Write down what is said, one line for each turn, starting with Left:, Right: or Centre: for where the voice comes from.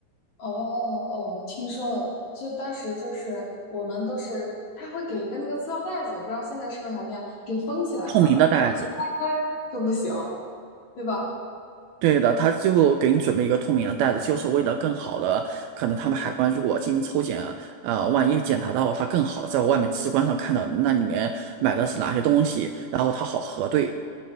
Left: 哦哦，听说了，就当时就是我们都是，他会给一个那个塑料袋子，我不知道现在是不是还那样，给封起来了。
Right: 透明的袋子。
Left: 如果你拆开就不行，对吧？
Right: 对的，他最后给你准备一个透明的袋子，就是为了更好的，可能他们海关如果进行抽检，
Left: 嗯，
Right: 呃，万一检查到他更好的，在外面直观上看到那里面买的是哪些东西，然后他好核对。